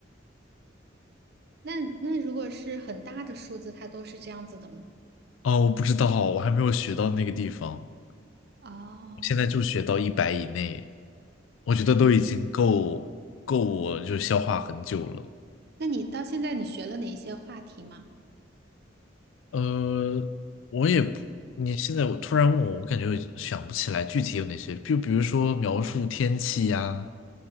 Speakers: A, on the right (about 55°); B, on the left (about 80°).
A: 那那如果是很大的数字，它都是这样子的吗？
B: 哦，我不知道，我还没有学到那个地方，
A: 哦，
B: 我现在就学到一百以内，我觉得都已经够够我就消化很久了。
A: 那你到现在你学了哪一些话题吗？
B: 呃，我也不，你现在我突然问我，我感觉我想不起来具体有哪些，就比如说描述天气呀，